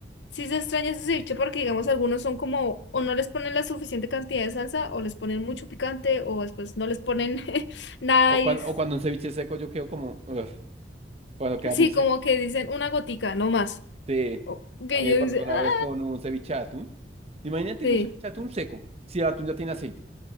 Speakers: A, on the left (about 80°); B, on the right (about 35°).
A: Sí se extraña ese ceviche porque, digamos, algunos son como, o no les ponen la suficiente cantidad de salsa, o les ponen mucho picante, o después no les ponen <laughs> nada.
B: O
A: y
B: cuando,
A: s-
B: o cuando un ceviche seco yo quedo como... "Ugh". cuando queda
A: Sí,
B: muy seco.
A: como que dicen una gotica, no más.
B: Sí,
A: O- Que
B: a mí
A: yo
B: me pasó
A: dice,
B: una
A: ah,
B: vez con un ceviche de atún. Imagínate
A: sí,
B: un ceviche de atún seco, si el atún ya tiene aceite.